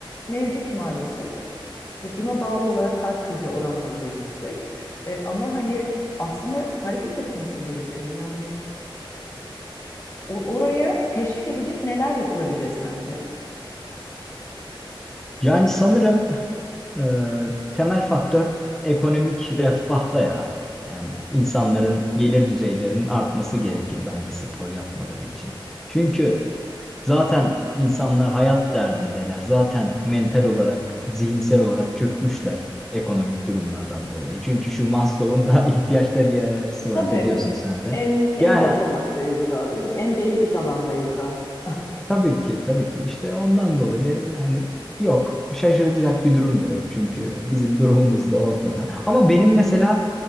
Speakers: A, on the left; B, in the centre.
A: mevcut maalesef. E, buna bağlı olarak kalp krizi oranları da yüksek. E, ama hani aslında hareket etmesi gerekiyor. Yani o- oraya teşvik edecek neler yapılabilir sence?
B: Yani sanırım Ee, temel faktör ekonomik refahta ya. Yani insanların gelir düzeylerinin artması gerekir bence spor yapmaları için. Çünkü zaten insanlar hayat derdindeler. Zaten mental olarak, zihinsel olarak çökmüşler ekonomik durumlardan dolayı. Çünkü şu Maslow'un da <laughs> ihtiyaçları hiyerarşisi var
A: Tabii
B: biliyorsun sen de.
A: en en
B: Yani
A: basamaktayız daha değil mi? En basic alandayız daha. <laughs>
B: Tabii ki, tabii ki. İşte ondan dolayı yani yok, şaşırtacak bir durum da yok. Çünkü bizim durumumuz da ortada. Ama benim mesela